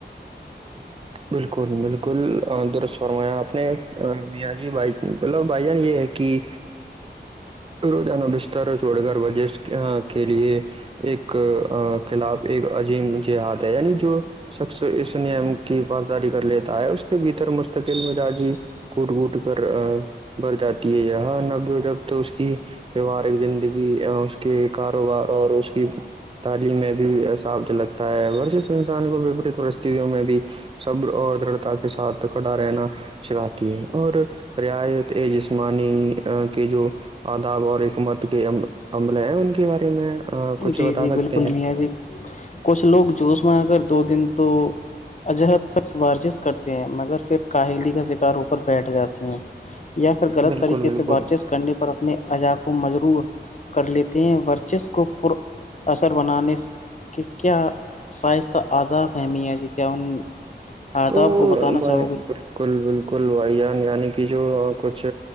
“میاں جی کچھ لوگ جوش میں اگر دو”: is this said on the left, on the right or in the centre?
Left